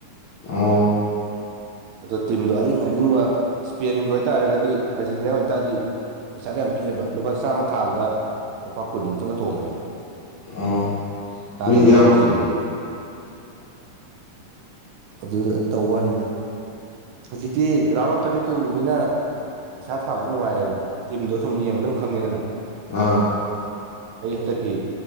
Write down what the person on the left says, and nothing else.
ꯎꯟ
ꯑꯣ
ꯃꯤꯁꯦ ꯌꯥꯝ
ꯑꯥ